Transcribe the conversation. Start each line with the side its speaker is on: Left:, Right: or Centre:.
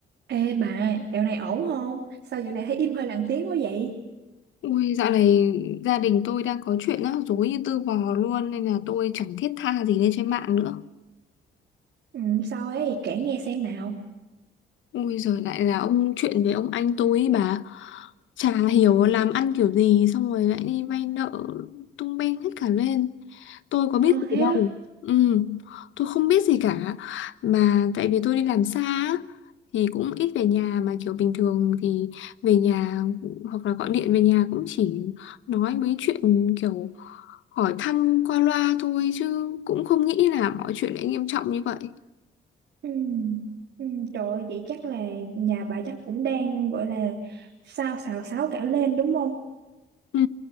Right: Ê bà, dạo này ổn không? Sao dạo này thấy im hơi lặng tiếng quá vậy?
Left: Ui, dạo này gia đình tôi đang có chuyện rắc rối như tư bò luôn nên là tôi chẳng thiết tha gì lên trên mạng nữa.
Right: Ừ, sao ấy, kể nghe xem nào.
Left: Ui giời lại là ông chuyện với ông anh tôi ấy bà Chả hiểu làm ăn kiểu gì Xong rồi lại đi vay nợ Tung beng hết cả lên Tôi có
Right: Ờ
Left: biết gì
Right: thế
Left: đâu
Right: á.
Left: ừ, Tôi không biết gì cả Mà tại vì tôi đi làm xa á, Thì cũng ít về nhà Mà kiểu bình thường thì về nhà Hoặc là gọi điện về nhà cũng chỉ Nói mấy chuyện kiểu Hỏi thăm qua loa thôi Chứ cũng không nghĩ là mọi chuyện lại nghiêm trọng như vậy
Right: Ừ. Ừ, trời ơi, vậy chắc là nhà bà chắc cũng đang gọi là sao xào xáo cả lên đúng không?
Left: Ừ.